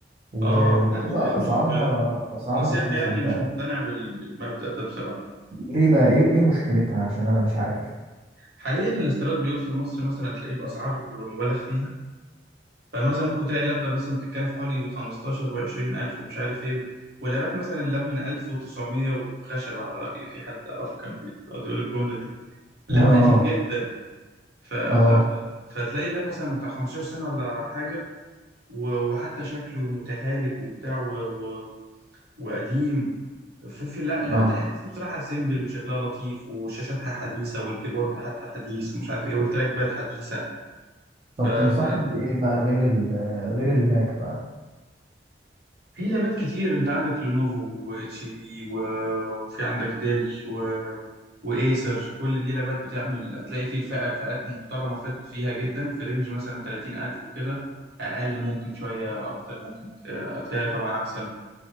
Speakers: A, on the right (about 35°); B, on the right (about 60°).
A: و...
B: اه
A: وبتبقى
B: انا بصراحة مش
A: اسعارها اسعارها
B: نصيحة
A: رخيصة
B: يعني
A: انت
B: مش مقتنع بال- بالمبدأ ده بصراحة
A: ليه بقى ايه ايه مشكلتها عشان انا مش عارف
B: حاليا الاستيراد بيوصل مصر مثلا تلاقيه بأسعار مبالغ فيها فمثلا ممكن تلاقي اللبدة مثلا بتتكلم في حوالي 15 و20 ألف ومش عارف ايه ولابات مثلا اللاب من 1900 وخشب على رأيي في حد أعرفه كان بيقعد يقول الجملة دي لاب
A: <laughs> اه
B: قديم جدا ف... ف...
A: اه
B: ف- فتلاقي ده مثلا بتاع 15 سنة ولا حاجة و... وحتى شكله متهالك وبتاع و... و... وقديم في, في لا اللابات
A: اه
B: الحديثة بصراحة سيمبل وشكلها لطيف والشاشات حديثة والكيبورد حتى حديث ومش عارف ايه والتراك باد حديثة ف...
A: طب
B: ف...
A: تنصحني بايه بقى غير ال... غير الماك بقى
B: في لابات كتير انت عندك لينوفو واتش بي و... وفي عندك ديل و... وايسر كل دي لابات بتعمل هتلاقي في الفئة فئات محترمة فد- فيها جدا في رينج مثلا 30000 وكده اقل ممكن شوية اكتر ممكن آه، هتلاقي طبعا احسن